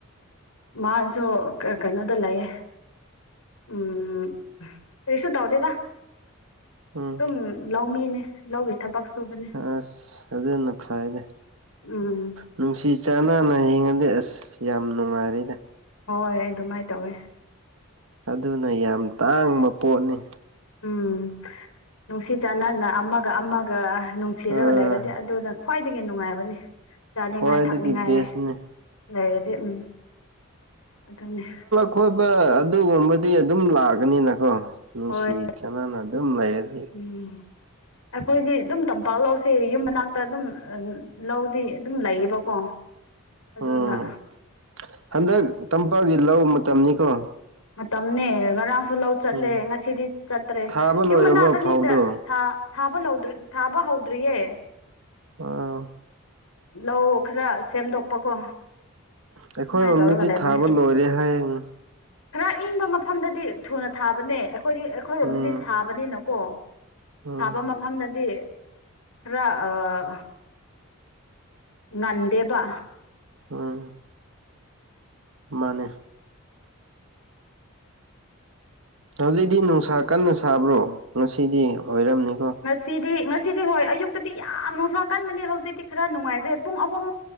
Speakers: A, on the left; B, on the right.
A: ꯃꯥꯁꯨ ꯑ ꯀꯩꯅꯣꯗ ꯂꯩꯌꯦ ꯎꯝ ꯀꯔꯤꯁꯨ ꯇꯧꯗꯦꯗ
B: ꯎꯝ
A: ꯗꯨꯝ ꯂꯧꯃꯤꯅꯦ ꯂꯧꯒꯤ ꯊꯕꯛ ꯁꯨꯕꯅꯦ
B: ꯑꯁ ꯑꯗꯨꯅ ꯐꯩꯗ
A: ꯎꯝ
B: ꯅꯨꯡꯁꯤ ꯆꯥꯟꯅꯅ ꯍꯤꯡꯉꯗꯤ ꯑꯁ ꯌꯥꯝ ꯅꯨꯡꯉꯥꯏꯔꯤꯗꯥ
A: ꯍꯣꯏ ꯑꯗꯨꯃꯥꯏ ꯇꯧꯋꯦ
B: ꯑꯗꯨꯅ ꯌꯥꯝ ꯇꯥꯡꯕ ꯄꯣꯠꯅꯤ
A: ꯎꯝ ꯅꯨꯡꯁꯤ ꯆꯥꯟꯅꯅ ꯑꯃꯒ ꯑꯃꯒ ꯅꯨꯡꯁꯤꯔꯒ
B: ꯑꯥ
A: ꯂꯩꯔꯗꯤ ꯑꯗꯨꯗ ꯈ꯭ꯋꯥꯏꯗꯒꯤ ꯅꯨꯡꯉꯥꯏꯕꯅꯦ ꯆꯥꯅꯤꯡꯉꯥꯏ
B: ꯈ꯭ꯋꯥꯏꯗꯒꯤ
A: ꯊꯛꯅꯤꯡꯉꯥꯏ
B: ꯕꯦꯁꯅꯤ
A: ꯂꯩꯔꯗꯤ ꯎꯝ ꯑꯗꯨꯅꯦ
B: ꯈꯣꯏꯕꯥ ꯑꯗꯨꯒꯨꯝꯕꯗꯤ ꯑꯗꯨꯝ ꯂꯥꯛꯒꯅꯤꯅꯀꯣ ꯅꯨꯡꯁꯤ
A: ꯍꯣꯏ
B: ꯆꯥꯟꯅꯅ ꯑꯗꯨꯝ ꯂꯩꯔꯗꯤ
A: ꯎꯝ ꯑꯩꯈꯣꯏꯗꯤ ꯑꯗꯨꯝ ꯇꯝꯄꯥꯛ ꯂꯧꯁꯦ ꯌꯨꯝ ꯃꯅꯥꯛꯇꯥ ꯑꯗꯨꯝ ꯑꯥ ꯂꯧꯗꯤ ꯑꯗꯨꯝ ꯂꯩꯌꯦꯕꯀꯣ ꯑꯗꯨꯅ
B: ꯎꯝ ꯍꯟꯗꯛ ꯇꯝꯄꯥꯛꯒꯤ ꯂꯧ ꯃꯇꯝꯅꯤꯀꯣ
A: ꯃꯇꯝꯅꯦ ꯉꯔꯥꯡꯁꯨ ꯂꯧ ꯆꯠꯂꯦ
B: ꯎꯝ
A: ꯉꯁꯤꯗꯤ ꯆꯠꯇ꯭ꯔꯦ
B: ꯊꯥꯕ
A: ꯌꯨꯝ
B: ꯂꯣꯏꯔꯕ꯭ꯔꯣ
A: ꯃꯅꯥꯛ ꯑꯅꯤꯗ
B: ꯐꯧꯗꯣ
A: ꯊꯥ ꯊꯥꯕ ꯂꯧꯗꯔꯤ ꯊꯥꯕ ꯍꯧꯗ꯭ꯔꯤꯌꯦ
B: ꯑꯥꯑꯥꯎ
A: ꯂꯧ ꯈꯔ ꯁꯦꯝꯗꯣꯛꯄꯀꯣ
B: ꯑꯩꯈꯣꯏꯔꯣꯝꯗꯗꯤ
A: ꯑꯗꯨꯃꯥꯏꯅ ꯇꯧꯔꯒ ꯂꯩꯕꯅꯦ
B: ꯊꯥꯕ ꯂꯣꯏꯔꯦ ꯍꯥꯌꯦꯡ
A: ꯈꯔ ꯏꯪꯕ ꯃꯐꯝꯗꯗꯤ ꯊꯨꯅ ꯊꯥꯕꯅꯦ ꯑꯩꯈꯣꯏꯗꯤ ꯑꯩꯈꯣꯏꯔꯣꯝꯗꯗꯤ
B: ꯎꯝ
A: ꯁꯥꯕꯅꯤꯅꯀꯣ
B: ꯎꯝ
A: ꯁꯥꯕ ꯃꯐꯝꯗꯗꯤ ꯈꯔ ꯑꯥ ꯉꯟꯗꯦꯕ
B: ꯎꯝ ꯃꯥꯅꯦ ꯍꯧꯖꯤꯛꯗꯤ ꯅꯨꯡꯁꯥ ꯀꯟꯅ ꯁꯥꯕ꯭ꯔꯣ ꯉꯁꯤꯗꯤ ꯑꯣꯏꯔꯝꯅꯤꯀꯣ
A: ꯁꯤꯗꯤ ꯉꯁꯤꯗꯤ ꯍꯣꯏ ꯑꯌꯨꯛꯇꯥꯗꯤ ꯌꯥꯝ ꯅꯨꯡꯁꯥ ꯀꯟꯕꯅꯦ ꯍꯧꯖꯤꯛꯇꯤ ꯈꯔ ꯅꯨꯡꯉꯥꯏꯈ꯭ꯔꯦ ꯄꯨꯡ ꯑꯍꯨꯝ